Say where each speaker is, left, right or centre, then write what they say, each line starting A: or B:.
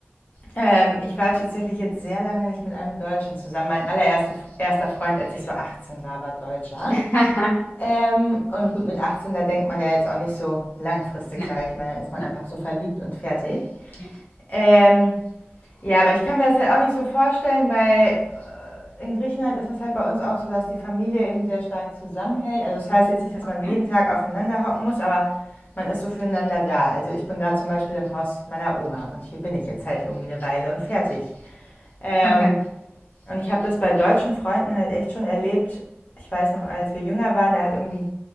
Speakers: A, on the left; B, on the left.
A: ähm, ich war tatsächlich jetzt sehr lange nicht mit einem Deutschen zusammen. Mein allererster erster Freund, als ich so 18 war, war Deutscher.
B: <laughs>
A: Ähm, und gut, mit 18, da denkt man ja jetzt auch nicht so langfristig,
B: Nein,
A: sage ich mal. Dann ist man
B: nein,
A: einfach so verliebt und fertig.
B: ja,
A: Ähm, ja, aber ich kann mir das halt auch nicht so vorstellen, weil äh, in Griechenland ist es halt bei uns auch so, dass die Familie eben sehr stark zusammenhält. Also das heißt jetzt nicht, dass man
B: ja,
A: jeden Tag aufeinander hocken muss, aber man ist so füreinander da. Also ich bin gerade zum Beispiel im Haus meiner Oma und hier bin ich jetzt halt irgendwie eine Weile und fertig. Ähm,
B: Okay.
A: und ich habe das bei deutschen Freunden halt echt schon erlebt. Ich weiß noch, als wir jünger waren, da hat irgendwie